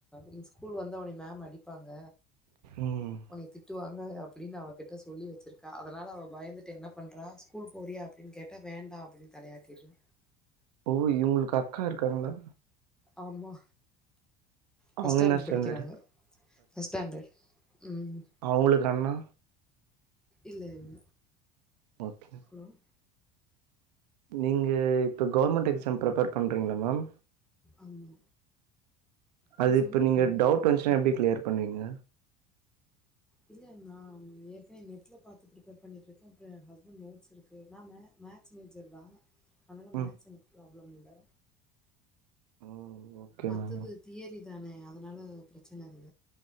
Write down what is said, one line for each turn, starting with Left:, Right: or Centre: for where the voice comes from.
Centre: நீ ஸ்கூல் வந்தா உன்னய மேம் அடிப்பாங்க
Right: ம்
Centre: உனைய திட்டுவாங்க அப் பிடின்னு அவகிட்ட சொல்லி வெச்சிருக்கா அதனால அவ பயந்துட்டு என்ன பண்றா ஸ்கூல் போறியா அப்டின்னு கேட்டா வேண்டா அப்டின்னு தலையாட்டிர்றா
Right: ஓ இவுங்ளுக்கு அக்கா இருக்காங்ளா
Centre: ஆமா ஃபஸ்ட்
Right: அவங்க
Centre: ஸ்டாண்டர்ட்
Right: என்ன ஸ்டாண்டர்டு
Centre: படிக்கிறாங்க ஃபஸ்ட் ஸ்டாண்டர்ட் ம்
Right: அவங்களுக்கு அண்ணா
Centre: இல்ல இல்ல
Right: ஓகே
Centre: ம்
Right: நீங்க கவ்ர்மண்ட் எக்ஸாம் ப்ரிப்பேர் பண்றீங்ள மேம்
Centre: ஆமா ஆ
Right: அது
Centre: சொல்லுங்க
Right: இப்ப நீங்க
Centre: தம்பி
Right: டவுட் வந்ச்சுன்னா
Centre: ம்
Right: எப்டி கிளியர் பண்ணுவீங்க
Centre: இல்ல நா ஏற்கனே நெட்ல பாத்து ப்ரிப்பேர் பண்ணிட்ருக்கே அப்றோ ஏ ஹஸ்பண்ட் நோட்ஸிருக்கு நா மே மேக்ஸ் மேஜர்தா அதால
Right: ம்
Centre: மேக்ஸ் எனக் ப்ராப்ளம் இல்ல
Right: ஓ ஓகே
Centre: மத்தது
Right: மேம்
Centre: தியரி தானே அதனால ப்ரச்சன இல்ல